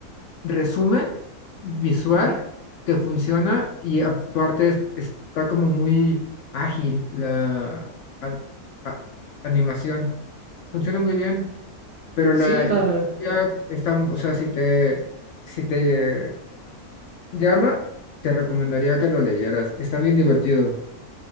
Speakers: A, on the left; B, on the right.
A: resumen visual
B: ya.
A: que funciona y aparte es- está como muy ágil la an- a- animación. Funciona muy bien, pero
B: Sí,
A: la
B: la,
A: historia está, o sea, si te, si te llama, te recomendaría que lo leyeras. Está bien divertido.